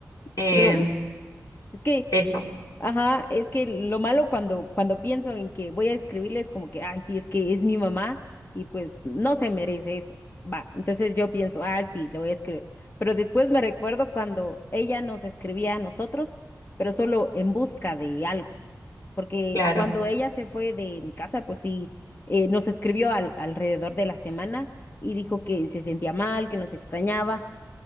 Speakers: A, on the left; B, on the left.
A: Eh,
B: Pero es que
A: eso,
B: Ajá, es que lo malo cuando, cuando pienso en que voy a escribirles como que, ay, sí, es que es mi mamá y pues no se merece eso. Va, entonces yo pienso, ah, sí, le voy a escribir. Pero después me recuerdo cuando ella nos escribía a nosotros, pero solo en busca de algo. Porque
A: claro.
B: cuando ella se fue de mi casa, pues sí, eh, nos escribió al- alrededor de la semana y dijo que se sentía mal, que nos extrañaba